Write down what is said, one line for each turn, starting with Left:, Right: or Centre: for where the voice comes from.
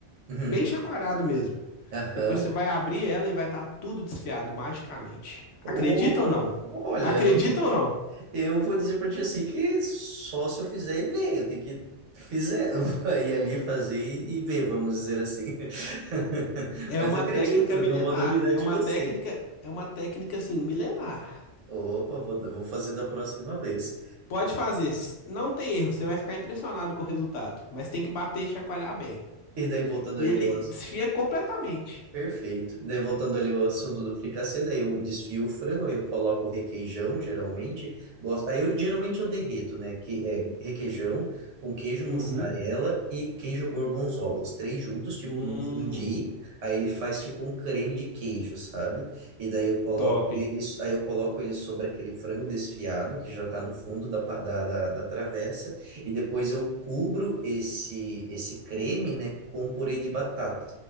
Right: uhum,
Left: Bem chacoalhado mesmo.
Right: aham.
Left: Depois você vai abrir ela e vai estar tudo desfiado, magicamente. Acredita
Right: Ô,
Left: ou não?
Right: Olha,
Left: Acredita
Right: eu,
Left: ou não?
Right: Eu vou dizer para ti assim que só se eu fizer e ver, eu tenho que fizer, <laughs> ir ali fazer e ver, vamos dizer assim. <laughs>
Left: É
Right: Mas
Left: uma
Right: acredito,
Left: técnica milenar.
Right: não vou duvidar
Left: É
Right: de
Left: uma
Right: você.
Left: técnica, é uma técnica, assim, milenar.
Right: Opa, vou, vou fazer da próxima vez.
Left: Pode fazer, s- não tem erro, você vai ficar impressionado com o resultado, mas tem que bater e chacoalhar bem.
Right: E daí voltando
Left: E
Right: ali
Left: ele
Right: ao
Left: desfia completamente.
Right: Perfeito. E daí, voltando ali ao assunto do fricassê, daí eu desfio o frango, aí eu coloco o requeijão, geralmente. Gosto... Aí eu geralmente eu derreto, né? Que é requeijão com queijo mussarela
Left: Uhum.
Right: e queijo gorgonzola. Os três juntos, tipo,
Left: Hum,
Right: não fundir. Aí ele faz tipo um creme de queijo, sabe? E daí eu coloco
Left: top.
Right: eles, aí eu coloco ele sobre aquele frango desfiado que já tá no fundo da, pa- da, da, da travessa. E depois eu cubro esse, esse creme, né, com purê de batata.